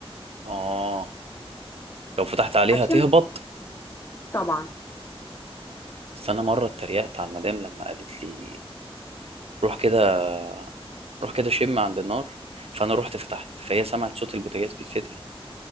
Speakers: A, on the right; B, on the left.
A: اه لو فتحت عليها
B: هتشم
A: تهبط
B: ريحتها طبعا
A: بس انا مره اتريقت على المدام لما قالت لي روح كده روح كده شم عند النار فانا رحت فتحت فهي سمعت صوت البوتاجاز بيتفتح